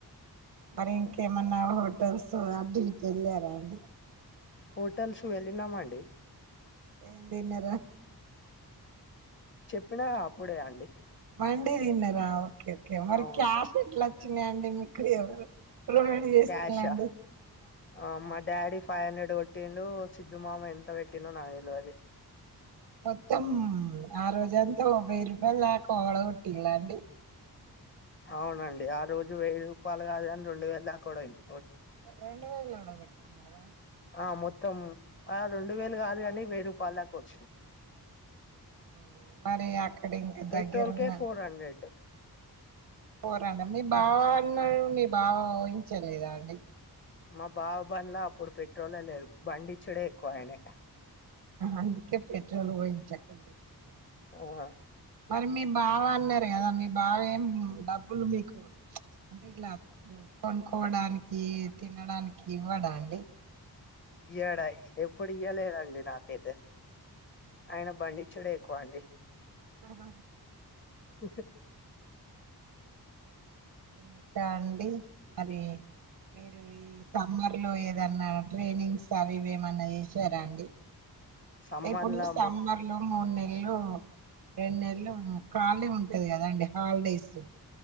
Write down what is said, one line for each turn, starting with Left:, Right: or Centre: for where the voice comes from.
Right: మరి ఇంకేమన్నా హోటల్స్ ఆడిగి వెళ్ళార అండి
Left: హోటల్స్ వెలినా మండి
Right: ఏం తిన్న రా
Left: చెప్పినా అప్పుడే అండి
Right: బండి తిన్నరా ఓకే ఓకే మరి
Left: అవును
Right: క్యాష్ ఎట్ల వచ్చి నాయండి మీకు ఎవరు ప్రొవైడ్ చేసిలాండి
Left: క్యాషా ఆ మా డాడీ ఫైవ్ హండ్రెడ్ కొట్టిండు సిద్ధు మామ ఎంత పెట్టినో నావ తెల్వది
Right: మొత్తం ఆ రోజంతా వెయ్యి రూపాయలు దాక కొట్టిలా అండి
Left: అవునండి ఆ రోజు వెయ్యి రూపాలు కాదు కాని రెండు వేలు దాక కూడా అయింది
Right: రెండు వేలు ఊడ పెట్టుకున్నార
Left: ఆ మొత్తం ఆ రెండు వేలు కాదు కానీ వెయ్యి రూపాయల దాక వచ్చినయి
Right: మ్మ్. మరి అక్కడ ఇంకా
Left: పెట్రోల్
Right: దగ్గరున్న
Left: కే ఫోర్ హండ్రెడ్
Right: పోరండి మీ బావాన్నడు మీ బావ ఊహించలేదా అండి
Left: మా బాబువల్లా అప్పుడు పెట్రోలే లేరు బండిచ్చుడే ఎక్కువయనే
Right: అందుకే పెట్రోల్ పోయించా కొడుద
Left: ఆ
Right: మరి మీ బావ అన్నారు కదా మీ బావ ఏం డబ్బులు మీకు అంటే ఇట్లా కొనుక్కోవడానికి తినడానికి ఇవ్వడా అండి
Left: ఇయ్యడా ఎప్పుడు ఇయ్యలేదండి నాకైతే ఆయన బండిచ్చుడే ఎక్కువ అండి
Right: ఆహ
Left: ఒకే
Right: ఇంకా అండి మరి మీరు ఈ సమ్మర్ లో ఏద ఏదన్నా ట్రైనింగ్స్ అవి ఇవి ఎమన్నా చేసారా అండి
Left: సమ్మర్లా
Right: ఇప్పుడు సమ్మర్
Left: మొ
Right: లో మూడు నెల ఎల్లు రెండు నెల్లు ఖాళీ ఉంటది కద అండి హాలిడేసు